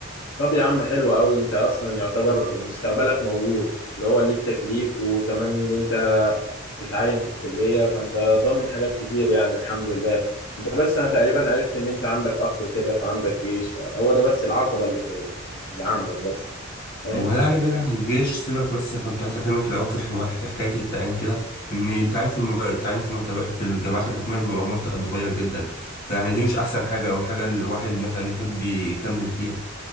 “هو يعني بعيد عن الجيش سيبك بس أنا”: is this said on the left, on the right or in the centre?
Left